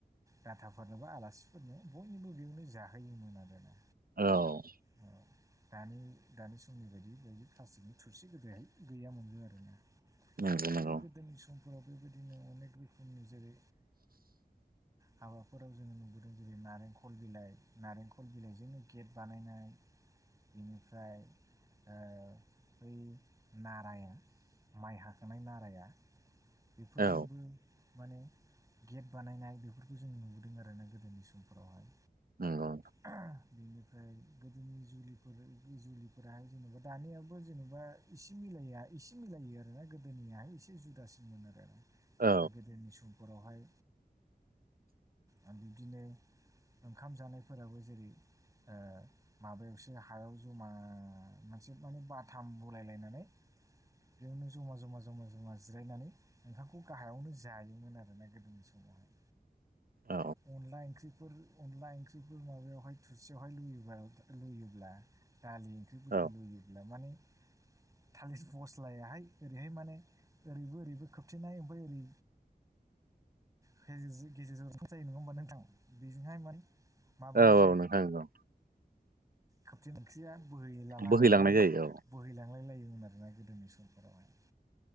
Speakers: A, on the right (about 20°); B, on the right (about 60°).
A: गाथाफोरनो बा आलासिफोरनो बयनिबो बेयावनो जाहोयोमोन आरोना
B: औ
A: औ दानि दानि समनि बायदि बेदि प्लास्टिकनि थुरसि गोदोहाय गैयामबो आरोना
B: नंगौ
A: आरो
B: नंगौ
A: गोदोनि समफोराव बेबायदिनो अनेक रोखोमनि जेरै हाबाफोराव जोङो नुबोदों जेरै नारेंखल बिलाइ नारेंखल बिलाइजोंनो गेट बानायनाय बेनिफ्राय ओ बै नाराया माइ हाखांनाय नाराया बेफोरजोंबो
B: औ
A: माने गेट बानायनाय बेफोरखौ जों नुबोदों आरोना गोदोनि समफोरावहाय
B: नंगौ
A: <unintelligible> बिनो फ्राय गोदोनि जुलिफोर जुलिफोराहाय जेन'बा दानियावबो जेन'बा एसे मिलाया एसे मिलायो आरोना गोदोनियाहाय एसे जुदासो मोन आरोना
B: औ
A: बे गोदोनि समफोरावहाय ओम बिब्दिनो ओंखाम जानायफोराबो जेरै ओ माबायावसो हायाव जमा मोनसे माने बाथाम बलायलायनानै बेयावनो ज'मा ज'मा ज'मा ज'मा जिरायनानै ओंखाखौ गाहायावनो जायोमोन आरोना गोदोनि समावहाय
B: औ
A: अनला ओंख्रि फोर अनला ओंख्रिफोर माबायावहाय थोरसियावहाय लुयोबा लुयोब्ला दालि ओंख्रिफोरखौ
B: औ औ
A: लुयोब्ला माने थालिस फस्लायाहाय ओरैहाय माने ओरैबो ओरैबो खोबथेनाय ओमफ्राय ओरै <unintelligible> गेजेरजोंसो जायो नङा होमबा नोंथां बेजोंहाय माने माबानाय
B: औ औ नोंथां नोंगौ
A: खोबथि ओंख्रिया बोहैला लांनानै
B: बोहैलांनाय जायो
A: बोहैलांलाय लायोमोन आरोना गोदोनि समफोरावहाय।